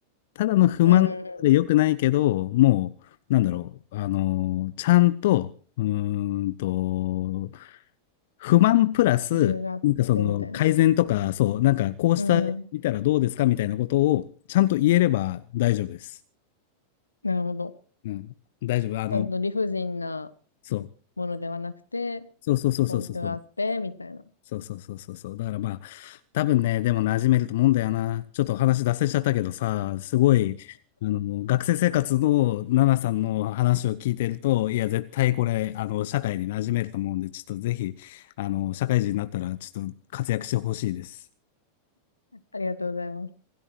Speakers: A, on the left; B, on the left.
A: ただの不満で良くないけど、
B: うんうん。
A: もう、なんだろう、あの、ちゃんと、うーんと、不満プラス、
B: 理由があってみたいな。
A: なんかその改善とか、そう、なんかこうした見たらどうですかみたいなことをちゃんと言えれば大丈夫です。
B: うん。なるほど。
A: うん。大丈夫。あの、
B: ちゃんと理不尽な
A: そう。
B: ものではなくて、
A: そうそうそうそうそう。
B: 根拠があって、みたいな。
A: そうそうそうそうそう。だからまあ、多分ね、でも馴染めると思うんだよな。ちょっとお話脱線しちゃったけどさ、すごい、あの、学生生活のナナさんの話を聞いてると、いや、絶対これ、あの、社会に馴染めると思うんで、ちょっとぜひ、あの、社会人になったら、ちょっと活躍してほしいです。
B: ありがとうございます。